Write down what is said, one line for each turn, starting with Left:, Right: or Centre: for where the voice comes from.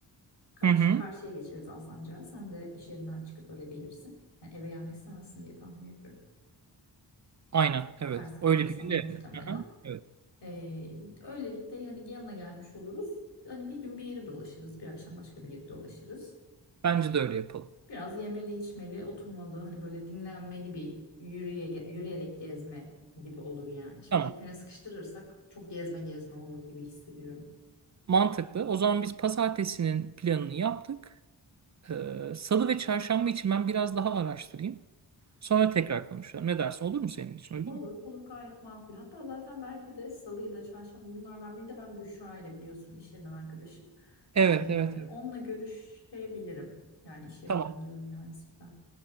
Left: Karşı,
Right: Hı hı.
Left: karşıya geçeriz Alsancak'a. Sen de iş yerinden çıkıp öyle gelirsin. Yani eve gelmek istemezsin diye tahmin ediyorum.
Right: Aynen, evet.
Left: Ters kalır
Right: Öyle
Left: sana
Right: bir gün evet.
Left: muhtemelen.
Right: Aha, evet.
Left: Ee, öylelikle yani yanına gelmiş oluruz. Hani bir gün bir yeri dolaşırız. Bir akşam başka bir yeri dolaşırız.
Right: Bence de öyle yapalım.
Left: Biraz yemeli, içmeli, oturmalı. Hani böyle dinlenmeli bir yürüye, yürüyerek gezme gibi olur yani. Şimdi
Right: Tamam.
Left: tek güne sıkıştırırsak çok gezme gezme olur gibi hissediyorum.
Right: Mantıklı. O zaman biz pazartesinin planını yaptık. Ee, salı ve çarşamba için ben biraz daha araştırayım. Sonra tekrar konuşalım. Ne dersin? Olur mu senin için? Uygun
Left: Olur,
Right: mu?
Left: olur gayet makul. Hatta zaten belki de salı ya da çarşamba bunlardan birinde ben Büşra ile biliyorsun iş yerinden arkadaşım.
Right: Evet,
Left: Ee,
Right: evet, evet.
Left: onunla görüşebilirim. Yani iş yerinden
Right: Tamam,
Left: diyorum ya Yusuf'tan.